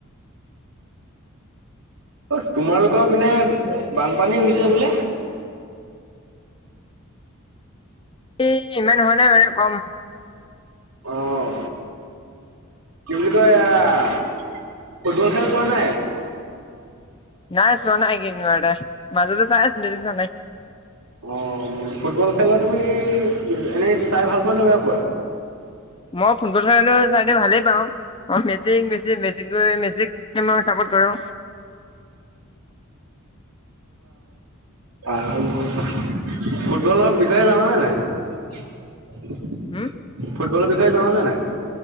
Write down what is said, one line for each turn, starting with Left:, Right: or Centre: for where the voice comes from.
Right: অ তোমালোকৰ পিনে বানপানী হৈছে বোলে।
Left: এই ইমান হোৱা নাই মানে কম। <inaudible>
Right: অ কি বুলি কয় আহ ফুটবল খেল চোৱা নাই।
Left: নাই চোৱা নাই একেদিনতে মাজেতে চাই আছিলো এতিয়া চোৱা নাই।
Right: অ ম ফুটবল খেলা তুমি এনেই চাই ভাল পোৱা নে বেয়া পোৱা।
Left: <unintelligible> মই ফুটবল খেল এনেও চাইদে ভালেই পাওঁ মই মেচি মেচি মেচি মেচি টিমক চাপৰ্ট কৰো।
Right: <unintelligible> ফুটবলৰ বিষয়ে জানানে নাই। <unintelligible>
Left: হম?
Right: ফুটবলৰ বিষয়ে জানানে নাই?